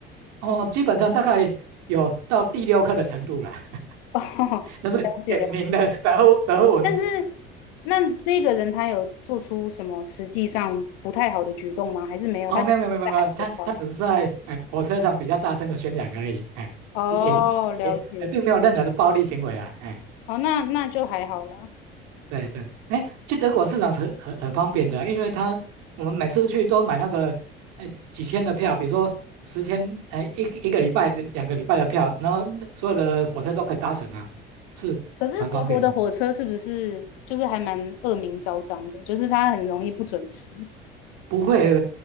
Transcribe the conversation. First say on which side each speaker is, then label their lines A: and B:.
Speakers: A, on the right (about 65°); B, on the left (about 65°).
A: 哦，基本上大概有到第六课的程度了。<laughs>
B: 哦，<laughs>
A: 就是点名的德德文
B: 了解了解。但是，那这个人他有做出什么实际上不太好的举动吗？还是没有？
A: 哦，
B: 他就是在喊口号。
A: 没有没有没有没有，没有他他只是在哎火车上比较大声的宣讲而已，哎，
B: 哦，
A: 也
B: 了解。
A: 也哎并没有任何的暴力行为啦，哎，
B: 哦，那那就还好啦。
A: 对对，哎，去德国市场是很很很方便的，因为他我们每次去都买那个哎几千的票，比如说十千哎一个一个礼拜两个礼拜的票，然后所有的火车都可以搭乘啊，是蛮方便的，
B: 可是德国的火车是不是就是还蛮恶名昭彰的？就是它很容易不准时。
A: 不会，